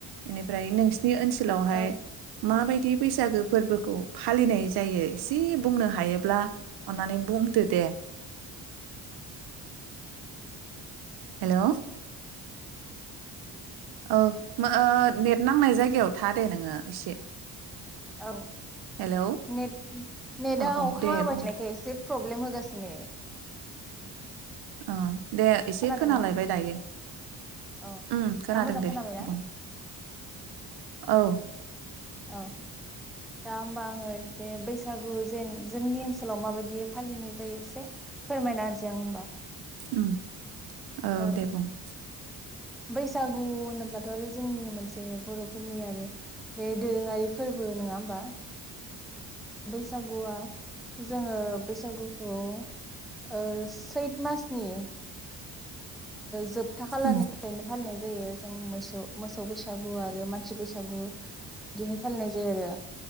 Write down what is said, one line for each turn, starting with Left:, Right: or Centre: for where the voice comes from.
Right: बेनिफ्राय नोंसि नि ओनसोलावहाय
Centre: औ
Right: माबायदि बैसागो फोरबोखौ फालिनाय जायो एसे बुंनो हायोब्ला अन्नानै बुंदो दे हेल' औ नेट नांनाय जायगायाव था दे नोङो एसे
Centre: औ
Right: हेलौ
Centre: नेट नेटआ
Right: औ औ
Centre: अखा
Right: दे
Centre: हाबाय
Right: बुं
Centre: थानायखाय एसे प्रब्लेम होगासिनो
Right: अ दे एसे
Centre: खोनादोंना
Right: खोनालायबाय दायो
Centre: औ
Right: ओम खोनादों
Centre: दा मोजां खोनाबायना
Right: दे बुं औ
Centre: औ दा होमबा आङो एसे बैसागु जेन जोंनि ओनसोलाव माबायदि फालिनाय जायो एसे फोरमायनासै आङो होमबा
Right: ओम औ
Centre: ओ
Right: दे बुं <inaudible>
Centre: बैसागु होनोब्लाथ' आरो जोंनि मोनसे बर'फोरनि आरो बे दोरोङारि फोरबो नङा होमबा बैसागुआव जोङो बैसागुखौ ओ सैथ मासनि जोब था खालारनिफ्रायनो
Right: उम
Centre: फालिनाय जायो जों मोसौ मोसौ बैसागु आरो मासि बैसागु दिहाय फालिनाय जायो आरो